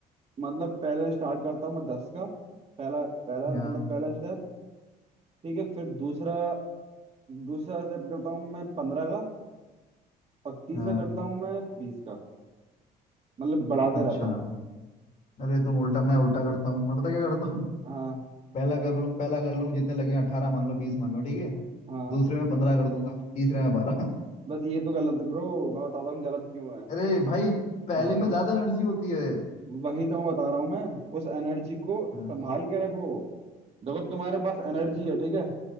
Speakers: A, on the right; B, on the left.
A: मतलब पहले स्टार्ट करता हूँ मैं दस का पहला पहला मतलब
B: हाँ
A: पहला स्टेप ठीक है फिर दूसरा दूसरा स्टेप करता हूँ मैं पंद्रह का और तीसरा
B: हाँ
A: करता हूँ मैं बीस का मतलब बढ़ाते
B: अच्छा
A: रहता हूँ
B: अरे तुम उल्टा मैं उल्टा करता हूँ मैं पता क्या करता हूँ
A: हाँ
B: पहला कर लूँ पहला कर लूँ जितने लगे अठारह मान लो बीस मान लो ठीक है
A: हाँ
B: दूसरे में पंद्रह कर दूंगा तीसरे में बारह
A: बस ये तो गलत है ब्रो मैं बताता हूँ गलत क्यों है
B: अरे भाई पहले
A: हाँ बताओ
B: में ज्यादा एनर्जी होती है
A: वही तो मैं बता रहा हूँ मैं उस एनर्जी को
B: हाँ
A: संभाल के रखो देखो तुम्हारे पास एनर्जी
B: अरे प-
A: है ठीक है